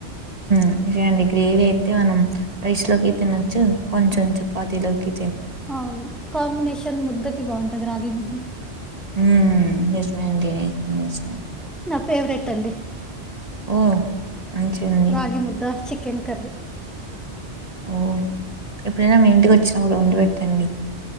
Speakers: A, on the right; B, in the centre.
A: ఆ గ్రేవీ అయితే మనం రైస్ లోకి తినచ్చు కొంచెం చపాతలోకి
B: అవును కాంబినేషన్ ముద్దకి బాగుంటది రాగి ముద్దకి
A: హ్మ్ నిజమే అండి నిజమే నిజమే.
B: నా ఫేవరెట్ అండి
A: ఓ మంచింది అండి
B: రాగి ముద్ద చికెన్ కర్రీ
A: ఓ ఎప్పుడైనా మీ ఇంటికి వచ్చినా కూడా వండి పెట్టండి